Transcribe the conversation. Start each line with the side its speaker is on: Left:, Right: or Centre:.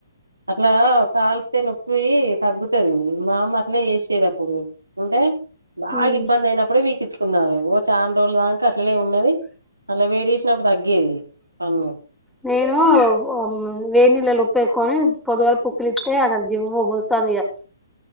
Right: అట్లా కాల్తే నొప్పీ తగ్గుతది. మా అమ్మ అట్నే జేసేది అప్పుడు. అంటే బాగా
Centre: మ్
Right: ఇబ్బంది అయినప్పుడే పీకించుకుందామే. ఓ చాన్ రోజుల దాంక అట్లనే ఉన్నది. అలా వేడి చేేసినప్పుడు తగ్గేది పన్నూ.
Centre: నేనూ ఆమ్, వేన్నీలలో ఉప్పేస్ కొని, పొద్దుగాల పుక్కిలిత్తే, అసలు జివ్వు గుంజుతాంది ఇగ.